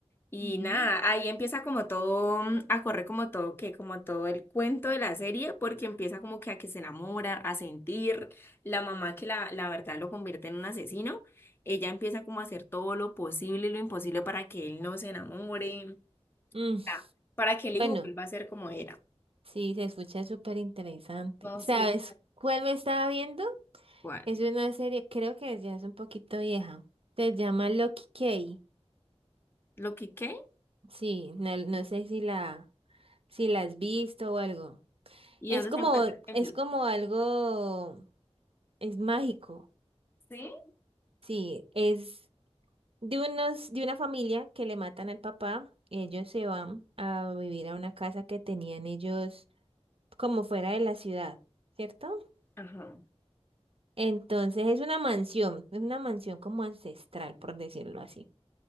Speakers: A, on the left; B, on the right.
A: Y
B: Ujú.
A: nada, ahí empieza como todo, mm, a correr como todo, que como todo el cuento de la serie, porque empieza como que a que se enamora, a sentir, la mamá que la, la verdad lo convierte en un asesino, ella empieza como a hacer todo lo posible y lo imposible para que él no se enamore,
B: Mm,
A: ah, para que el hijo
B: bueno,
A: vuelva a ser como era.
B: sí, se escucha súper interesante.
A: No,
B: ¿Sabes
A: sí.
B: cuál me estaba viendo?
A: igual
B: Es una serie, creo que ya es un poquito vieja. Se llama Loki Key,
A: lo que qué
B: Sí, no, no sé si la, si la has visto o algo.
A: y
B: Es
A: dónde
B: como,
A: se encuentra en
B: es
A: Netflix.
B: como algo, es mágico.
A: ¿Sí?
B: Sí, es de unos, de una familia que le matan al papá. y Ellos se van a vivir a una casa que tenían ellos como fuera de la ciudad, ¿cierto?
A: Ajá.
B: Entonces es una mansión, es una mansión como ancestral, por decirlo así.